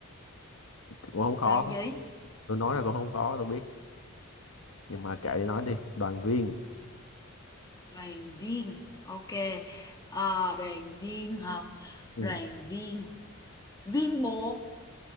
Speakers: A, on the left (about 75°); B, on the left (about 15°).
A: cũng không khó.
B: Đoàn gì?
A: Tôi nói là cũng không khó, tôi biết. Nhưng mà kệ đi nói đi. Đoàn viên.
B: Đoàn viên. Ok. Ờ, đoàn viên hả?
A: Ừ.
B: Đoàn viên. Viên bột,